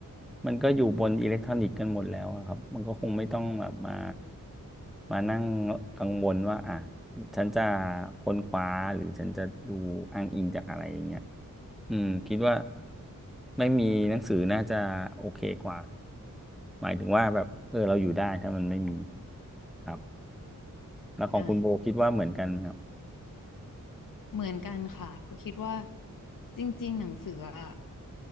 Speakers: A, in the centre; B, on the left.
A: มันก็อยู่บนอิเล็กทรอนิกส์กันหมดแล้วอะครับมันก็คงไม่ต้องแบบมามานั่งกังวลว่าอ่ะฉันจะค้นคว้าหรือฉันจะดูอ้างอิงจากอะไรอย่างเงี้ย อืมคิดว่าไม่มีหนังสือน่าจะโอเคกว่าหมายถึงว่าแบบเออเราอยู่ได้ถ้ามันไม่มีครับแล้วของคุณโบคิดว่าเหมือนกันไหมครับ
B: ใช่เหมือนกันค่ะเพราะคิดว่าจริงๆหนังสืออะ